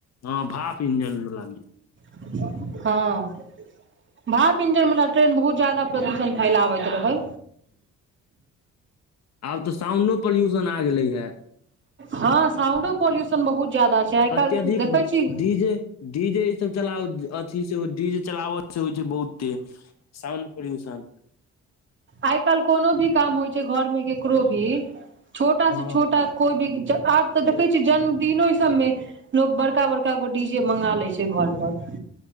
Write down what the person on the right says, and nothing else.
हँ। भाप इंजन बला ट्रेन बहुत ज्यादा प्रदूषण फैलाबैत रहय।
हँ साउंडो पाॅल्यूशन बहुत ज्यादा छै आइ
काल्हि देखै छी
आइ काल्हि कोनो भी काम होइ छै घरमे केकरो भी छोटा
से छोटा कोई भी ज आब तऽ देखै छियै जन्मदिनो इ सबमे लोक बड़का- बड़का गो डी जे मंगा लै छै घर पर।